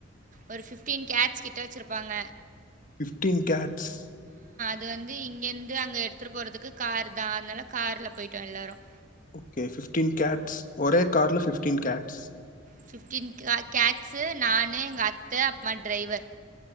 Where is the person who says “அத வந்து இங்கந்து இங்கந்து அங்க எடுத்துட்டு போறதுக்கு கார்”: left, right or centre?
Right